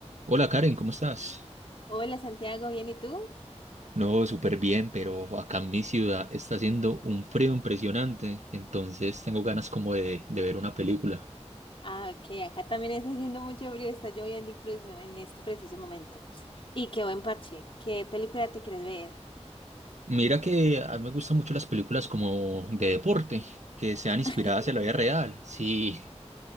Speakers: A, on the right; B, on the left.
A: Hola Karen, ¿cómo estás?
B: Hola Santiago, ¿bien y tú?
A: No, súper bien, pero acá en mi ciudad está haciendo un frío impresionante, entonces tengo ganas como de, de ver una película.
B: Ah, ok, acá también está haciendo mucho frío, está lloviendo incluso en este preciso momento. Y qué buen parche, ¿qué película te quieres ver?
A: Mira que a mí me gustan mucho las películas como de deporte, que sean
B: <laughs>
A: inspiradas en la vida real. Sí,